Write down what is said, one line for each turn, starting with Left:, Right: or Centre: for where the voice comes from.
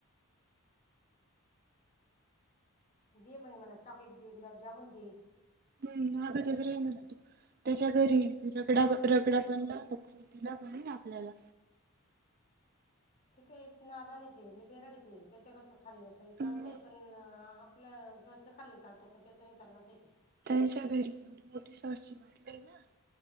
Left: दे म्हणे मला चॉकलेट दे, गुलाबजामुन दे,
Right: हम्म अग त घरी तो,, त्याच्या घरी रगडा, रगडा पण लाव तिला बणून आपल्याला
Left: त का नादाणये ते, लि बेराडी ते, त्याच्याकडचं खाल्लं चालतंय
Right: मग?
Left: पण आपलं घरचं खाल्लं चालतय पण त्याचं नाही चालत, असय ते.
Right: त्यांच्या घरी फक्त वाटली ना